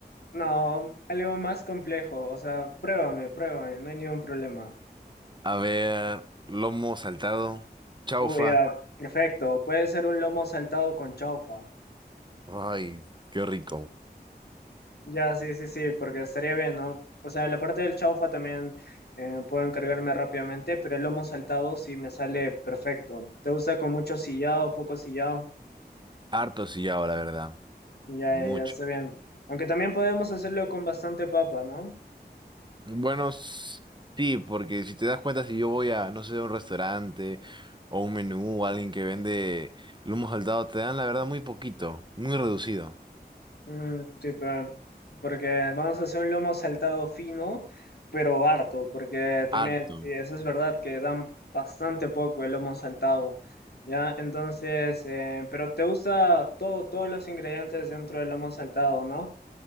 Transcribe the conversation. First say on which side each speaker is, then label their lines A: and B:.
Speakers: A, on the left (about 65°); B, on the right (about 25°).
A: No, algo más complejo. O sea, pruébame, pruébame, no hay ningún problema.
B: A ver, lomo saltado, chaufa.
A: Uy, ya, perfecto. Puede ser un lomo saltado con chaufa.
B: Ay, qué rico.
A: Ya, sí, sí, sí, porque estaría bien, ¿no? O sea, la parte del chaufa también eh, puedo encargarme rápidamente, pero el lomo saltado sí me sale perfecto. ¿Te gusta con mucho sillado, poco sillado?
B: Harto sillao, la verdad.
A: Ya,
B: Mucho.
A: ya, ya está bien. Aunque también podemos hacerlo con bastante papa, ¿no?
B: Bueno, s- sí, porque si te das cuenta, si yo voy a, no sé, a un restaurante o un menú o alguien que vende lomo saltado, te dan, la verdad, muy poquito, muy reducido.
A: Mm, sí, pa, porque vamos a hacer un lomo saltado fino, pero harto, porque también,
B: Harto.
A: sí, eso es verdad que dan bastante poco el lomo saltado, ¿ya? Entonces, eh, pero te gusta todo, todos los ingredientes dentro del lomo saltado, ¿no?